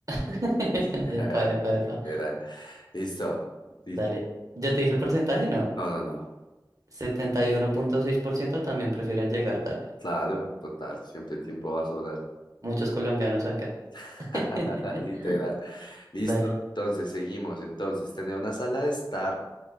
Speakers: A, on the right; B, on the left.
A: <laughs>
B: <laughs>
A: Epa, epa, epa.
B: Literal. Listo, listo.
A: Dale. Ya te dije el porcentaje, no.
B: No, no, no.
A: setenta y uno punto seis por ciento también prefieren llegar tarde.
B: Claro, total. Siempre el tiempo va a sobrar.
A: Muchos colombianos acá.
B: <laughs>
A: <laughs>
B: Literal. Listo.
A: Dale.
B: Entonces, seguimos. Entonces, tener una sala de estar.